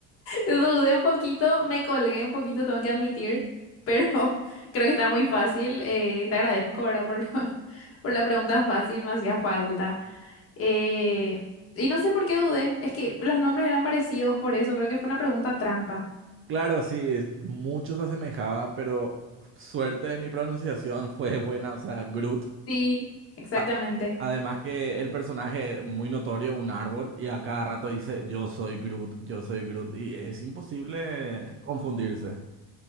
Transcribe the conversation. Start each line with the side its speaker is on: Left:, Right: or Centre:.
Left: Dudé un poquito, me colgué un poquito, tengo que admitir, pero <laughs> creo que está muy fácil. eh, te agradezco, ¿verdad? Por la, <laughs> por la pregunta fácil, me hacía falta. Eh, y no sé por qué dudé, es que los nombres eran parecidos, por eso creo que fue una pregunta trampa.
Right: Claro, sí, es- mucho se asemejaba, pero suerte de mi pronunciación fue buena, o sea, Groot.
Left: Sí, exactamente.
Right: A- Además que el personaje muy notorio, un árbol, y a cada rato dice, yo soy Groot, yo soy Groot, y es imposible confundirse.